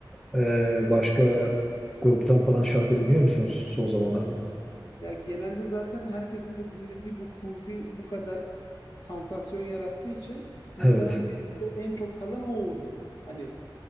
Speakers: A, in the centre; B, on the left.
A: Ee, başka gruptan falan şarkı dinliyor musunuz son zamanlarda?
B: Ya genelde zaten herkesin de dinlediği bu kufi bu kadar sansasyon yarattığı için
A: <laughs>
B: insanın
A: Evet,
B: dilinde en çok kalan o oldu. Hani